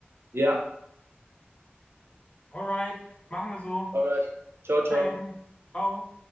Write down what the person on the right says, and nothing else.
Ja,
alright. Ciao,
ciao.